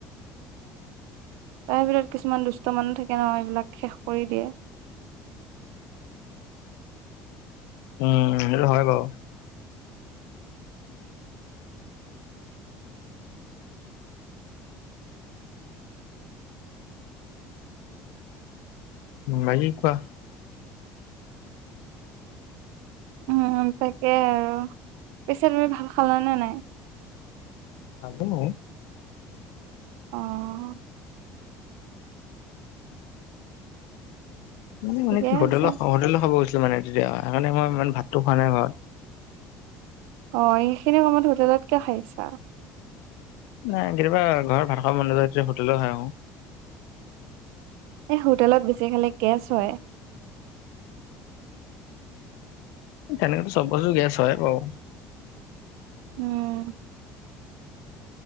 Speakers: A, on the right; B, on the left.
A: তাৰভিতত কিছুমান দুষ্ট মানুহ থাকে নহয় এইবিলাক শেষ কৰি দিয়ে।
B: উম, সেইটো হয় বাৰু। উম' মা এই কোৱা।
A: উম' তাকে আৰু পিছে তুমি ভাত খালা নে নাই?
B: খালো।
A: অ
B: উম' মায়ে
A: ঠিকে
B: কি? হোটেল
A: আছে
B: খ হোটেলত খাব গৈছিলো মানে তেতিয়া, সেইকাণে ময় ইমান ভাতটো খোৱা নাই ঘৰত।
A: অঁ' এইখিনি সময়ত হোটেলত কিয় খাই আহিছা?
B: নাই কেতিয়াবা ঘৰত ভাত খাব মন নাযায়, তেতিয়া হোটেলত খাই আহো।
A: এই হোটেলত বেছি খালে গেছ হয়।
B: তেনেকেটো চবতে গেছ হয় বাও।
A: উম'